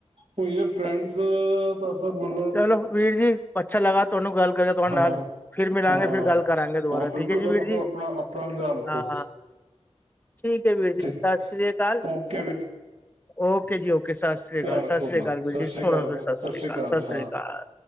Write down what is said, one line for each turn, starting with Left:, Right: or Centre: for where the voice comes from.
Right: ਉਹ ਇਹ ਫਰੈਂਡਸ ਤਾਂ ਸਰ ਮਤਲਬ
Left: ਚਲੋ ਵੀਰ ਜੀ ਅੱਛਾ ਲੱਗਾ ਤੁਹਾਨੂੰ ਗੱਲ ਕਰ ਤੁਹਾਡੇ
Right: ਹਾਂ
Left: ਨਾਲ। ਫਿਰ ਮਿਲਾਂਗੇ
Right: ਹਾਂ
Left: ਫਿਰ ਗੱਲ ਕਰਾਂਗੇ ਦੁਬਾਰਾ
Right: ਹਾਂ ਬਿਲਕੁਲ
Left: ਠੀਕ ਹੈ ਜੀ।
Right: ਸਭ
Left: ਵੀਰ ਜੀ।
Right: ਕੋ ਆਪਣਾ ਆਪਣਾ ਵੀ ਧਿਆਨ ਰੱਖੋ
Left: ਹਾਂ। ਠੀਕ ਹੈ ਵੀਰ ਜੀ।
Right: ਠੀਕ
Left: ਸਤਿ ਸ਼੍ਰੀ ਅਕਾਲ।
Right: ਓਕੇ
Left: ਓਕੇ ਜੀ। ਓਕੇ। ਸਤਿ ਸ੍ਰੀ
Right: ਤਿਆਰ
Left: ਅਕਾਲ
Right: ਰੱਖੋ
Left: ਸਤਿ
Right: ਆਪਣਾ।
Left: ਸ੍ਰੀ ਅਕਾਲ ਵੀਰ
Right: ਸਤਿ
Left: ਜੀ
Right: ਸ੍ਰੀ
Left: ਸੋਹਣਾ
Right: ਅਕਾਲ। ਵੀਰੇ। ਸਤਿ ਸ੍ਰੀ ਅਕਾਲ।
Left: ਸਤਿ
Right: ਜੀ
Left: ਸ਼੍ਰੀ
Right: ਹਾਂ
Left: ਅਕਾਲ।